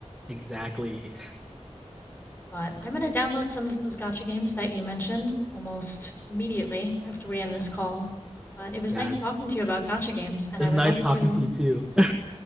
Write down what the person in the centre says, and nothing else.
Exactly.
Yes.
It
was
nice
talking
to you too. <laughs>